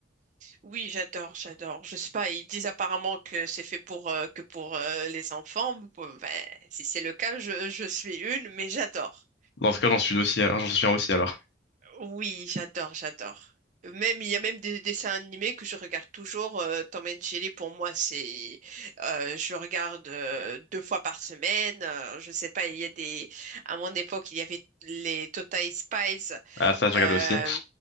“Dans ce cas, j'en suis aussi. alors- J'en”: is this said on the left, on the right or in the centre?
Left